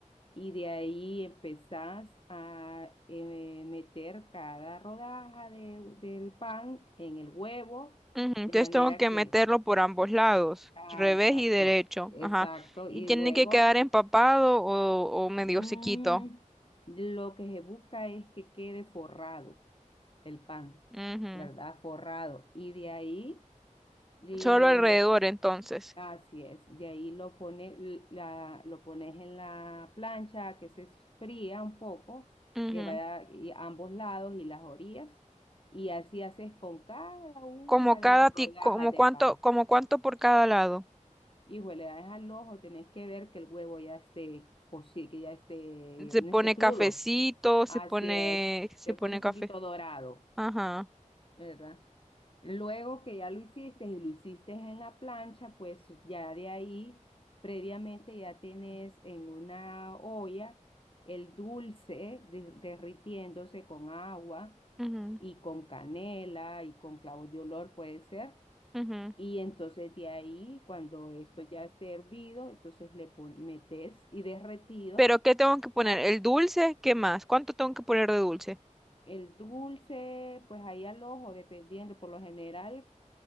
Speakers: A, on the left; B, in the centre.
A: y de ahí empezás a eh, meter cada rodaja de- del pan en el huevo,
B: ujú. Entonces
A: de manera
B: tengo que
A: que,
B: meterlo por ambos lados,
A: ah,
B: revés
A: exacto,
B: y derecho.
A: exacto,
B: Ajá. Y
A: y
B: tiene
A: luego,
B: que quedar empapado o, o medio
A: mm,
B: sequito.
A: lo que se busca es que quede forrado. el pan,
B: Ujú.
A: ¿verdad? Forrado. Y de ahí eh,
B: Solo alrededor,
A: lo
B: entonces.
A: así es, de ahí lo pone, l- la, lo pones en la plancha que se fría un poco,
B: Ujú.
A: que vaya y ambos lados y las orillas, y así haces con cada una
B: Como
A: de
B: cada
A: las rodajas
B: ti, como
A: de
B: cuánto,
A: pan.
B: como cuánto por cada lado.
A: Hijo, le das al ojo, tenés que ver que el huevo ya esté, o sí, que ya esté,
B: Se
A: no
B: pone
A: esté crudo.
B: cafecito,
A: Así
B: se pone,
A: es,
B: se
A: te
B: pone
A: pone un
B: café.
A: poquito dorado.
B: Ajá.
A: de ¿verdad? Luego que ya lo hiciste y lo hiciste en la plancha, pues ya de ahí, previamente ya tenés en una olla el dulce de- derritiéndose con agua
B: Ujú,
A: y con canela y con clavo de olor puede ser.
B: ujú.
A: Y entonces de ahí, cuando esto ya esté hervido, entonces le pon- metes y derretido
B: Pero ¿qué tengo que poner?
A: a
B: ¿El dulce? ¿Qué más? ¿Cuánto tengo que poner de dulce?
A: el dulce, pues ahí al ojo, dependiendo, por lo general.